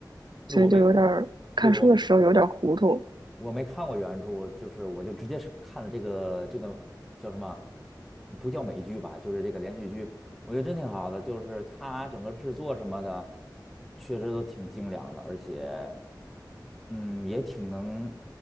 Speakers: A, in the centre; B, on the right.
A: 我没，
B: 所以就有点儿看书的时候有点儿糊涂。
A: 对我。我没看过原著，就是我就直接是看了这个这个叫什么，不叫美剧吧，就是这个连续剧，我觉得真挺好的，就是它整个制作什么的，确实都挺精良的，而且，嗯，也挺能